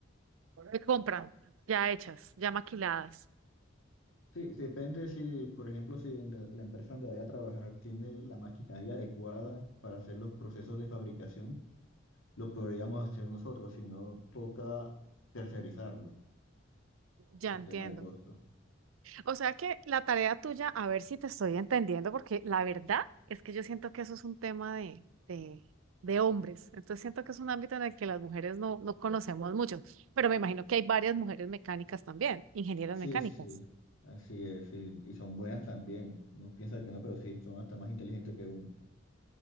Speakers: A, on the right; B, on the left.
A: que compran ya hechas, ya maquiladas.
B: Sí, sí, depende si, por ejemplo, si en la la empresa donde vaya a trabajar tiene la maquinaria adecuada para hacer los procesos de fabricación, lo podríamos hacer nosotros, si no toca tercerizarlo
A: Ya
B: por
A: entiendo.
B: tema de costo.
A: O sea que la tarea tuya, a ver si te estoy entendiendo, porque la verdad es que yo siento que eso es un tema de, de, de hombres. Entonces siento que es un ámbito en el que las mujeres no, no conocemos mucho, pero me imagino que hay varias mujeres mecánicas también, ingenieras
B: Sí,
A: mecánicas.
B: sí, así es, y y son buenas también. Uno piensa que no, pero sí, son hasta más inteligentes que uno.